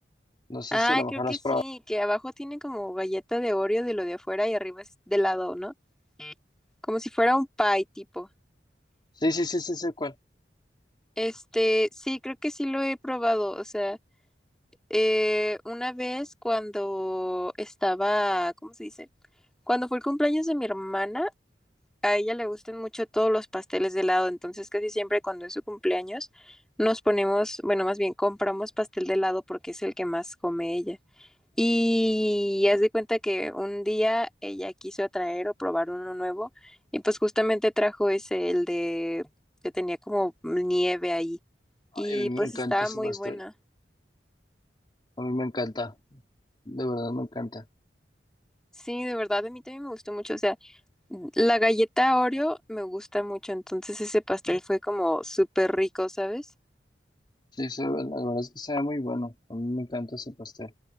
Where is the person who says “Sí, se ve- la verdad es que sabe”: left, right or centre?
Left